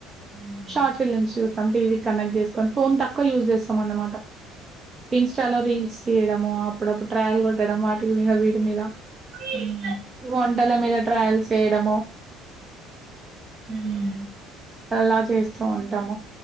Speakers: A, on the right (about 50°); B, on the right (about 25°).
A: హుహు. హ్మ్.
B: షార్ట్ ఫిలిమ్స్ చూస్తాం టీవీ కనెక్ట్ చేసుకొని ఫోన్ తక్కువ యూజ్ చేస్తాం అన్నమాట ఇన్స్టాలో రీల్స్ తీయడము అప్పుడప్పుడు ట్రాయల్ కొట్టడం వాటి మీద వీటి మీద
A: మ్
B: వంటల మీద ట్రయల్స్ చేయడము
A: మ్
B: అల్లా చేస్తూ ఉంటాము